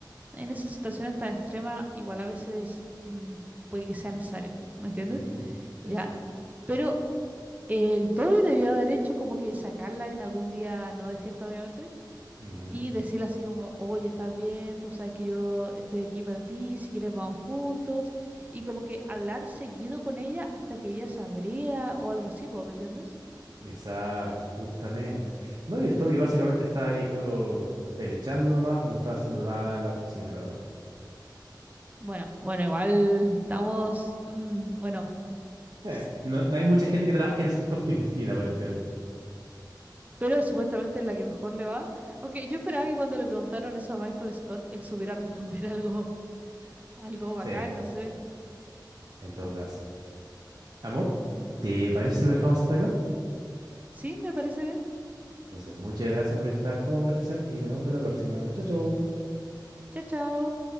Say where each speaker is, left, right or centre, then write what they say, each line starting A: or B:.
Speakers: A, on the right; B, on the right.
A: en esas situaciones tan extremas, igual a veces mm, puede que sea necesario, ¿me entiendes?
B: ujú, Sí,
A: Ya,
B: sí, sí.
A: pero el Toby debió haber hecho como que sacarla en algún día, no de fiesta, obviamente
B: ujú,
A: y decirle así como, oye, estás bien, tú sabes que yo estoy aquí para ti, si quieres vamos juntos, y como que hablar seguido con ella hasta que ella se abriera o algo así, po, ¿me entiendes?
B: Exacto, justamente. No, y el Toby básicamente está ahí puro pelechando nomás, no está haciendo nada en la oficina, la verdad.
A: Bueno, bueno, igual estamos, mm, bueno,
B: Sí,
A: s-
B: no, no hay mucha gente que trabaje en esa <laughs> oficina, aparentemente.
A: pero supuestamente es la que mejor le va. Aunque yo esperaba que cuando le preguntaron eso a Michael Scott, él supiera responder <laughs> algo, algo bacán,
B: Sí, en
A: no sé.
B: todo
A: Ah,
B: caso. Amor,
A: ujú.
B: ¿te parece si lo dejamos hasta acá?
A: Sí, me parece bien.
B: Entonces, muchas gracias por esta conversación y nos vemos para la próxima. Chau, chau.
A: Chao, chao.